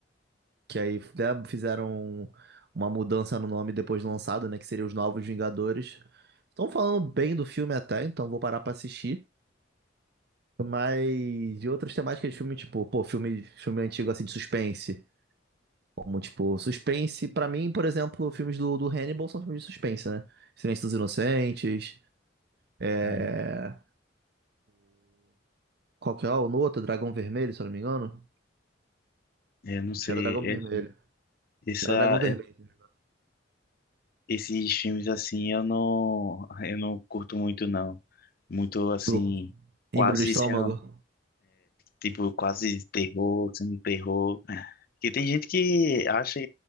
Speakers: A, on the right; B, on the left.
A: que aí né, fizeram uma mudança no nome depois de lançado, né? Que seria os Novos Vingadores. Estão falando bem do filme até, então vou parar pra assistir. Mas de outras temáticas de filme, tipo, pô, filme, filme antigo assim de suspense. Como, tipo, suspense, pra mim, por exemplo, filmes do, do Hannibal são filmes de suspense, né? Silêncio dos Inocentes. É...
B: Aí,
A: Qual que é? lá? O outro Dragão Vermelho, se eu não me engano.
B: eu não sei,
A: Acho que era Dragão
B: esse-
A: Vermelho.
B: essa,
A: Era Dragão Vermelho.
B: esses filmes assim eu não, eu não curto muito não. Muito assim,
A: Do... Embrulho
B: quase
A: de estômago.
B: sendo Tipo, quase terror, semi-terror. Que tem gente que acha,